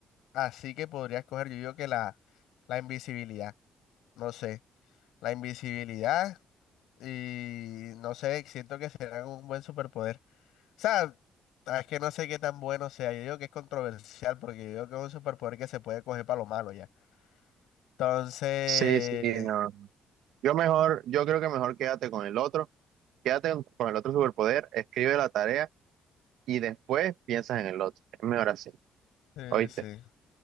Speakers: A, on the left; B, on the right.
A: así que podría escoger, yo digo que la, la invisibilidad, no sé. La invisibilidad y no sé, siento que será un buen superpoder. O sea, ah, es que no sé qué tan bueno sea. Yo digo que es controversial porque yo digo que es un superpoder que se puede coger para lo malo ya. Entonces,
B: Sí, sí, no. Yo mejor, yo creo que mejor quédate con el otro, quédate con con el otro superpoder, escribe la tarea y después piensas en el otro. Es mejor así,
A: sí,
B: ¿oíste?
A: sí.